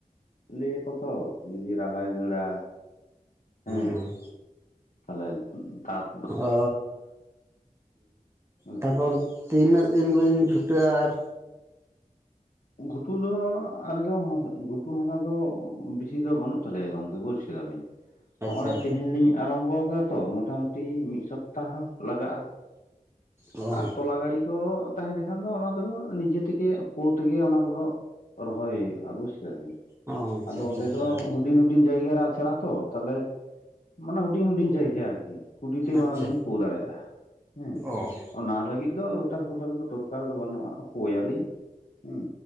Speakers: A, on the left; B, on the right.
A: ᱞᱟᱹᱭ ᱟᱠᱚ ᱛᱚ ᱡᱩᱫᱤ ᱨᱟᱞᱦᱟᱭ ᱫᱟᱹᱲᱟ ᱦᱮᱸ
B: ᱦᱩᱸ
A: ᱛᱟᱦᱚᱞᱮ ᱫᱟᱛ
B: ᱚᱻ
A: ᱟᱨᱠᱤ
B: ᱛᱟᱯᱚᱨ ᱛᱤᱱᱟᱹᱜ ᱫᱤᱱ ᱵᱤᱱ ᱪᱷᱩᱴᱟᱹᱜᱼᱟ ᱟᱨ
A: ᱜᱷᱩᱴᱩ ᱫᱚ ᱟᱞᱮ ᱫᱚ ᱜᱷᱩᱴᱩ ᱦᱟᱥᱟ ᱫᱚ ᱵᱤᱥᱤ ᱫᱚ ᱵᱟᱹᱱᱩᱜ ᱛᱟᱞᱮᱭᱟ ᱜᱚᱝᱠᱮ ᱵᱩᱡᱽ ᱠᱮᱫᱟᱵᱤᱱ ᱦᱚᱸᱜᱼᱚᱭ
B: ᱟᱪᱪᱷᱟ
A: ᱛᱮᱦᱮᱧ ᱞᱤᱧ ᱟᱨᱚᱢᱵᱚᱠᱟᱫᱟ ᱛᱚ ᱢᱚᱴᱟᱢᱩᱴᱤ ᱢᱤᱫ ᱥᱚᱯᱛᱟᱦᱚ ᱞᱟᱜᱟᱼᱟ
B: ᱚ
A: ᱟᱨ ᱛᱚᱞᱟ ᱜᱟᱲᱤ ᱠᱚ ᱛᱟᱦᱮᱸ ᱞᱮᱠᱷᱟᱱ ᱫᱚ ᱚᱱᱟ ᱫᱚ ᱱᱤᱡᱮ ᱛᱮᱜᱮ ᱯᱳ ᱛᱮᱜᱮ ᱚᱱᱟ ᱠᱚᱫᱚ ᱨᱚᱦᱚᱭ ᱦᱩᱭᱩᱜᱼᱟ ᱵᱩᱡ ᱠᱮᱫᱟ ᱵᱤᱱ
B: ᱚ ᱟᱪᱪᱷᱟ
A: ᱟᱫᱚ
B: ᱟᱪᱪᱷᱟ
A: ᱚᱸᱰᱮ
B: ᱟᱪᱪᱷᱟ
A: ᱫᱚ ᱦᱩᱰᱤᱧ ᱦᱩᱰᱤᱧ ᱡᱟᱭᱜᱟ ᱨᱮ ᱟᱪᱷᱚᱲᱟ ᱛᱚ ᱛᱟᱦᱚᱞᱮ ᱢᱟᱱᱮ ᱦᱩᱰᱤᱧ ᱦᱩᱰᱤᱧ ᱡᱟᱭᱜᱟ ᱟᱨᱠᱤ ᱠᱩᱰᱤᱛᱮ
B: ᱟᱪᱪᱷᱟ
A: ᱢᱟᱵᱤᱱ ᱯᱳ ᱫᱟᱲᱮᱭᱟᱜᱼᱟ ᱦᱩᱸ
B: ᱚ
A: ᱚᱱᱟ ᱞᱟᱹᱜᱤᱫ ᱫᱚ ᱨᱳᱴᱟᱨ ᱯᱷᱚᱴᱟᱨ ᱫᱚ ᱫᱚᱨᱠᱟᱨ ᱫᱚ ᱵᱟᱹᱱᱩᱜᱼᱟ ᱯᱳᱭᱟᱞᱤᱧ ᱦᱩᱸ